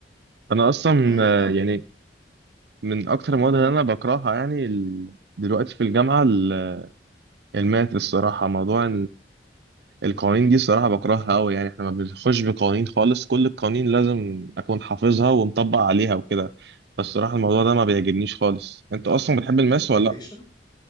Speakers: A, on the right; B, on the left.
A: انا اصلا
B: فهي
A: آه،
B: تق...
A: يعني من اكتر المواد اللي انا بكرهها يعني ال- دلوقتي في الجامعه ال- الماث الصراحه موضوع القوانين دي الصراحة بكرهها أوي يعني إحنا ما بنخش بقوانين خالص كل القوانين لازم أكون حافظها ومطبق عليها وكده بس الصراحة الموضوع ده ما بيعجبنيش خالص أنت أصلا
B: ده انت
A: بتحب الماس
B: ده انتجريشن
A: ولا لأ؟